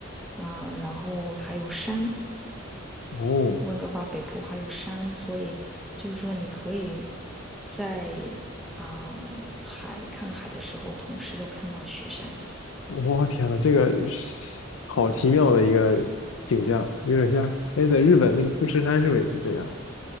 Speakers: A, in the centre; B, on the left.
A: 啊、然后还有山，
B: 哦。
A: 温哥华北部还有山，所以就是说你可以在啊、海看海的时候，同时又看到雪山。
B: 我天呐，这个是好奇妙的一个景象，有点像，哎，在日本那个富士山是不是也是这样？